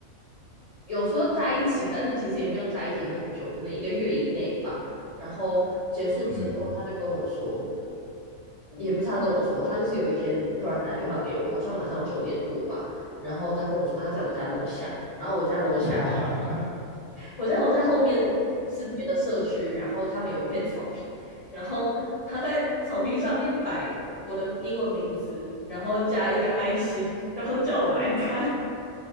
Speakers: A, on the left; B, on the right.
A: 有时候在一起，但是其实也没有在一起很久，可能一个月以内吧。然后结束之后，
B: 嗯，
A: 他就跟我说，也不是他跟我说，他就是有一天突然打电话给我，好像晚上九点多吧。然后他跟我说他在我家楼下，然后我家楼下，
B: 哇，<laughs>
A: 我家楼下后面是别的社区，然后他们有一片草皮，然后他在草皮上面摆我的英文名字，然后加一个爱心，然后叫我来看